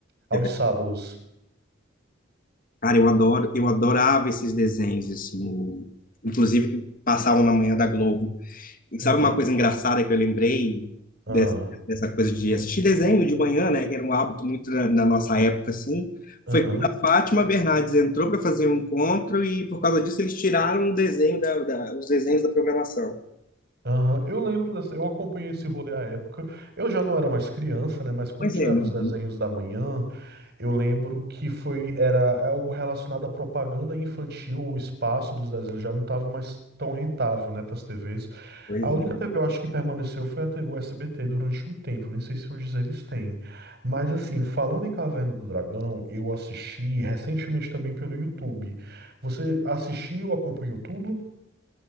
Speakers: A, on the right; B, on the left.
A: aos
B: É verdade.
A: sábados.
B: Cara, eu adoro, eu adorava esses desenhos, assim, inclusive que passavam na manhã da Globo. E sabe
A: Uhum.
B: uma coisa engraçada que eu lembrei
A: Ah,
B: dessa, dessa coisa de assistir desenho de manhã, né? Que era um hábito muito na, na nossa época, assim.
A: aham.
B: Foi quando a Fátima Bernardes entrou para fazer um encontro e, por causa disso, eles tiraram o desenho da, da- os desenhos da programação.
A: Aham, eu lembro dessa, eu acompanhei esse rolê à época. Eu já não era mais criança, né? Mas quando
B: Pois
A: tiraram
B: é, não.
A: os desenhos da manhã, eu lembro que foi era é algo relacionado à propaganda infantil, o espaço dos desenhos já não estava mais tão rentável, né, para as TVs.
B: Pois
A: A única
B: é.
A: TV eu acho que permaneceu foi a T- o SBT durante um tempo, nem sei se hoje eles têm. Mas assim, falando em Caverna do Dragão, eu assisti recentemente também pelo YouTube. Você assistiu, acompanhou tudo?